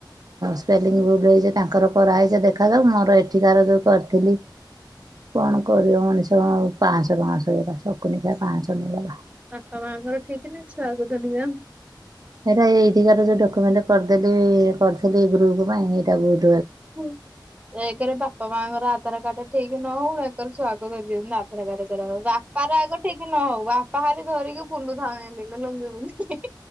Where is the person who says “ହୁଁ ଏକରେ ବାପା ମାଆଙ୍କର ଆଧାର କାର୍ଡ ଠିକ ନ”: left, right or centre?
Right